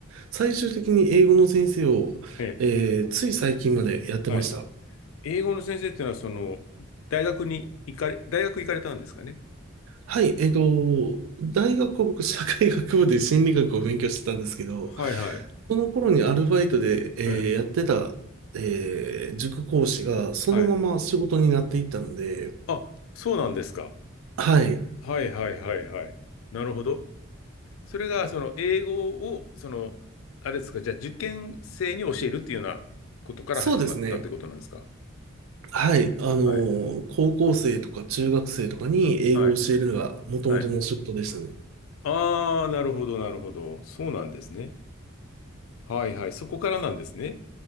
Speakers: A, on the right; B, on the left.
A: 最終的に英語の先生を、
B: ええ
A: えーつい最近までやってました。
B: はい。英語の先生っていうのは、その、大学に行かれ、大学行かれたんですかね。
A: はい、えっと、大学は僕、社会学部で心理学を勉強してたんですけど、
B: はいはい。
A: その頃にアルバイトで、えーやってた、
B: うん。
A: えー塾講師が、そのまま仕事になっていったので、
B: はい。あ、そうなんですか。
A: はい、
B: はいはいはいはい。なるほど。それが、その、英語を、その、あれですか、じゃあ、受験生に教えるっていうようなことから始まったってことなんですか。
A: そうですね。はい、あの
B: はい。
A: ー高校生とか中学生とかに英語を教えるのが元々の仕事でしたね。
B: はい。はい。ああ、なるほど、なるほど。そうなんですね。はいはい。そこからなんですね。